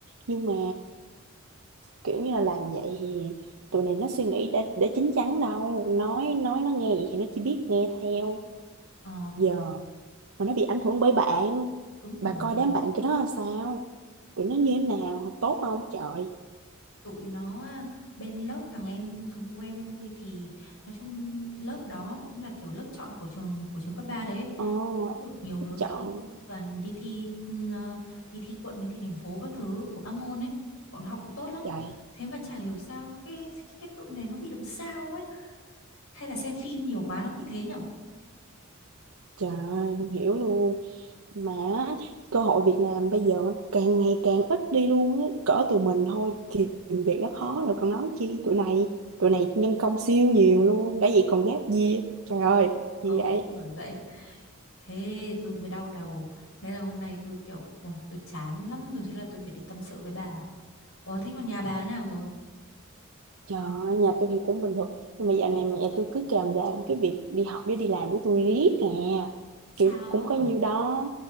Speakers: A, on the right; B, on the left.
A: nhưng mà kiểu như là làm vậy thì tụi này nó suy nghĩ đã đã chín chắn đâu nói nói nó nghe vậy thì nó chỉ biết nghe theo
B: Ờ,
A: giờ mà nó bị ảnh hưởng bởi bạn
B: Đúng rồi,
A: bà coi đám bạn tụi nó là sao tụi nó như thế nào học tốt không trời
B: tụi nó á, bên lớp thằng em thằng cô em tôi thì nói chung lớp đó cũng là kiểu lớp chọn của trường của trường cấp 3 đấy ấy.
A: ồ oh,
B: được nhiều đứa
A: chọn
B: thi toàn đi thi ừm, ờ, đi thi quận đi thi thành phố các thứ của các môn ấy bọn nó học cũng tốt lắm
A: trời
B: thế mà chả hiểu sao cái cái tụi này nó bị làm sao ấy hay là xem phim nhiều quá nó bị thế nhở
A: trời không hiểu luôn mà cơ hội việc làm bây giờ càng ngày càng ít đi luôn á cỡ tụi mình thôi thì tìm việc đã khó rồi còn nói chi tụi này tụi này nhân công siêu nhiều luôn đã vậy còn giáp gì trời ơi
B: Ừ
A: gì vậy
B: bởi vậy Thế tôi mới đau đầu Thế là hôm nay tôi kiểu Ôi tôi chán lắm rồi Thế là tôi phải đi tâm sự với bà Ủa thế còn nhà bà thế nào rồi
A: Trời ơi, nhà tôi thì cũng bình thường nhưng mà dạo này mẹ tôi cứ kèm làm cái việc đi học với đi làm của tôi riết nè
B: Sao?
A: kiểu cũng có nhiêu đó